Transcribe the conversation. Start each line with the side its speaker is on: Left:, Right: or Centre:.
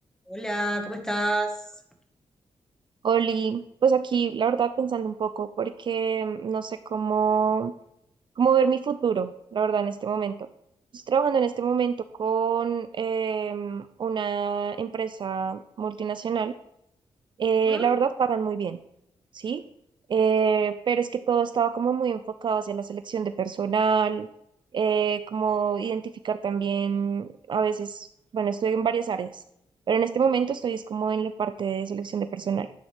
Centre: Hola, ¿cómo estás?
Right: Oli, pues aquí la verdad pensando un poco porque mm, no sé cómo, cómo ver mi futuro, la verdad, en este momento. Estoy trabajando en este momento con em, una empresa multinacional eh,
Centre: Ujú,
Right: la verdad pagan muy bien, ¿sí? Eh, pero es que todo estaba como muy enfocado hacia la selección de personal, eh, como identificar también, a veces, bueno, estoy en varias áreas, pero en este momento estoy es como en la parte de selección de personal